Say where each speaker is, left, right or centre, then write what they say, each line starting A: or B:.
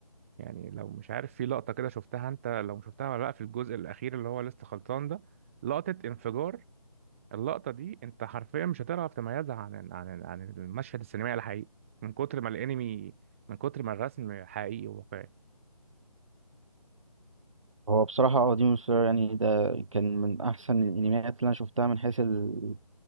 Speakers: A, on the right; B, on the right.
A: يعني لو مش عارف في لقطة كده شفتها انت لو مش شفتها ولا لا في الجزء الأخير اللي هو لسه خلصان ده لقطة انفجار اللقطة دي انت حرفيا مش هتعرف تميزها عن عن عن المشهد السينمائي الحقيقي من كتر ما الانمي من كتر ما الرسم حقيقي وواقعي
B: هو بصراحة اه ديمون سلاير يعني ده كان من أحسن الأنميات اللي أنا شفتها من حيث ال-